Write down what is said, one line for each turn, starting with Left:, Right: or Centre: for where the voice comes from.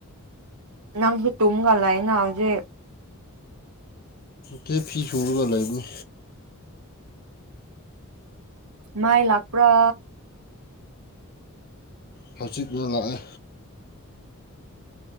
Right: ꯅꯪꯁꯨ ꯇꯝꯒꯂꯏꯅ ꯍꯧꯖꯤꯦ
Left: ꯀꯦ ꯐꯤ ꯁꯨꯨꯔꯒ ꯂꯅꯤ
Right: ꯃꯥꯏ ꯂꯥꯛꯄ꯭ꯔ
Left: ꯍꯧꯖꯤꯛꯅ ꯂꯥꯛꯑꯦ